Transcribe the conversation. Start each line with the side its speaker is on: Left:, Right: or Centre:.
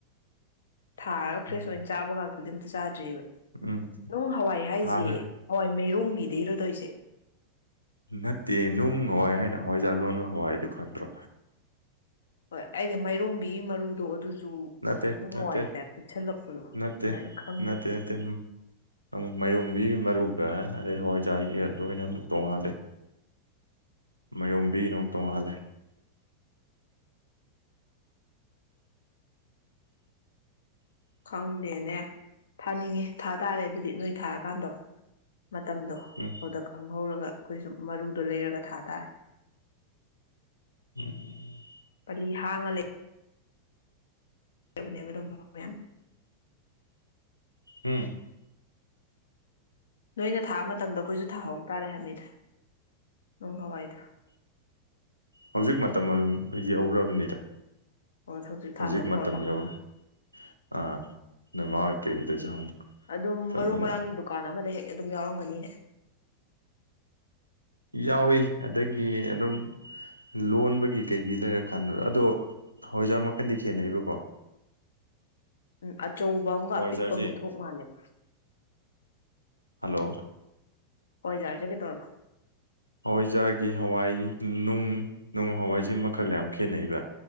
Left: ꯊꯥꯔꯒ ꯐ꯭ꯔꯦꯁ
Right: ꯎꯝ
Left: ꯑꯣꯏꯅ ꯆꯥꯕꯒ ꯑꯗꯨꯗꯤ ꯑꯝꯇ ꯆꯥꯗ꯭ꯔꯤꯕ
Right: ꯎꯝ
Left: ꯅꯨꯡ ꯍꯋꯥꯏ ꯍꯥꯏꯖꯦ
Right: ꯍꯥꯔ
Left: ꯍꯋꯥꯏ ꯃꯩꯔꯣꯡꯕꯤ ꯗꯔꯗꯁ <unintelligible>
Right: ꯅꯠꯇꯦ ꯅꯨꯡ ꯍꯋꯥꯏ ꯍꯥꯏꯅ ꯍꯋꯥꯏꯖꯥꯔ ꯂꯣꯟꯅꯕ ꯍꯋꯥꯏꯗꯨ ꯈꯪꯗ꯭ꯔꯣ
Left: ꯍꯣꯏ ꯑꯩꯗꯤ ꯃꯥꯏꯔꯣꯡꯕꯤꯒꯤ ꯃꯔꯨꯗꯣ ꯑꯗꯨꯁꯨ
Right: ꯅꯠꯇꯦ
Left: ꯅꯨꯡ
Right: ꯅꯠꯇꯦ
Left: ꯍꯋꯥꯏꯒꯤ ꯇꯥꯏꯞ ꯄꯤꯛꯁꯜꯂꯛꯄꯗꯣ
Right: ꯅꯠꯇꯦ
Left: ꯑꯗꯨꯅ ꯑꯩꯅ ꯈꯪꯗꯕ
Right: ꯅꯠꯇꯦ ꯅꯠꯇꯦ ꯑꯃꯨꯛ ꯃꯥꯏꯔꯣꯡꯕꯤꯒꯤ ꯃꯔꯨꯒ ꯍꯋꯥꯏꯖꯔꯒꯤꯒ ꯂꯣꯏꯅ ꯑꯃꯨꯛ ꯇꯣꯡꯉꯥꯜꯂꯦ ꯃꯥꯏꯔꯣꯡꯕꯤꯒꯅ ꯑꯃꯨꯛ ꯇꯣꯡꯉꯥꯜꯂꯦ
Left: ꯈꯪꯗꯦꯅꯦ ꯊꯥꯅꯤꯡꯉꯤ ꯊꯥ ꯇꯥꯔꯦ ꯑꯗꯨꯗꯤ ꯅꯣꯏ ꯊꯥꯔꯀꯥꯟꯗꯣ ꯃꯇꯝꯗꯣ
Right: ꯎꯝ
Left: ꯑꯗꯨꯗ ꯍꯧꯔꯒ ꯑꯩꯈꯣꯏꯁꯨ ꯃꯔꯨꯗꯣ ꯂꯩꯔꯒ ꯊꯥ ꯇꯥꯔꯦ
Right: ꯎꯝ
Left: ꯂꯤ ꯍꯥꯡꯉ ꯂꯩ ꯕꯅꯦꯕ ꯑꯗꯨꯝ ꯃꯌꯥꯝ
Right: ꯎꯝ
Left: ꯅꯣꯏꯅ ꯊꯥ ꯃꯇꯝꯗ ꯑꯩꯈꯣꯏꯁꯨ ꯊꯥꯍꯧ ꯇꯥꯔꯦ ꯍꯥꯏꯃꯤꯗ ꯅꯨꯡ ꯍꯋꯥꯏꯗꯣ
Right: ꯍꯧꯖꯤꯛ ꯃꯇꯝ ꯑꯗꯨꯝ ꯌꯧꯔꯕꯅꯤꯗ
Left: ꯑꯣ
Right: ꯍꯧꯖꯤꯛ
Left: ꯊꯥꯅꯕ
Right: ꯃꯇꯝ
Left: ꯍꯧꯔꯕ
Right: ꯌꯧꯔꯦ ꯑ ꯅꯣꯏ ꯃꯥꯍꯣꯏ ꯀꯩꯍꯣꯏꯗꯁꯨ ꯍꯪꯉꯨ
Left: ꯑꯗꯨꯝ
Right: ꯐꯖꯅ
Left: ꯃꯔꯨ ꯃꯔꯥꯡꯒꯤ ꯗꯨꯀꯥꯟ ꯑꯃꯗ ꯍꯦꯛ ꯑꯗꯨꯝ ꯌꯥꯎꯔꯝꯒꯅꯤꯅꯦ
Right: ꯌꯥꯎꯏ ꯑꯗꯒꯤ ꯑꯗꯨꯝ ꯂꯣꯟꯕꯒꯤ ꯀꯩꯒꯤ ꯂꯩꯔꯀꯥꯟꯗ ꯑꯗꯣ ꯍꯋꯥꯏꯖꯥꯔ ꯃꯈꯟꯗꯤ ꯈꯦꯠꯅꯩꯕꯀꯣ
Left: ꯎꯝ ꯑꯆꯧꯕ ꯑꯃꯒ
Right: ꯍꯋꯥꯏꯖꯥꯔꯁꯦ
Left: ꯑꯄꯤꯛꯄ ꯑꯃꯒ ꯊꯣꯛꯄ ꯃꯥꯜꯂꯦꯕ
Right: ꯍꯜꯂꯣ
Left: ꯍꯋꯥꯏꯖꯥꯔꯖ‌ꯦ ꯀꯩꯗꯧꯔꯕ
Right: ꯍꯋꯥꯏꯖꯥꯔꯒꯤ ꯍꯋꯥꯏ ꯅꯨꯡ ꯅꯨꯡ ꯍꯋꯥꯏꯁꯦ ꯃꯈꯜ ꯌꯥꯝ ꯈꯦꯠꯅꯩꯕ